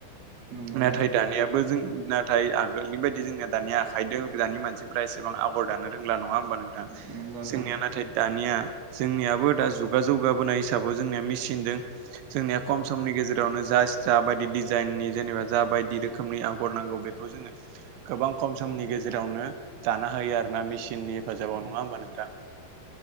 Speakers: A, on the right (about 45°); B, on the right (about 85°).
A: नंगौ
B: नाथाय
A: नंगौ
B: दानियाबो जों नाथाय आग गोदोनि बायदि जोंना दानि आखाइदो दानि मानसिफोरा एसेबां आगर दानो रोंला नङा होमबा नों थां
A: नोंथां
B: जोंनिया नाथाय दानिया जोंनियाबो दा जुग <unintelligible> जौगाबोनाय हिसाबाव जोंनिया मेसिनदों जोंनिया खम समनि गेजेरावनो जा जाबायदि डिजाइननि जेनेबा जा बायदि रोखोमनि आगर नांगौ बेखौ जोङो। गोबां खम समनि गेजेरावनो दाना होयो आर ना मेसिननि हेफाजाबाव नङा होमबा नोंथां?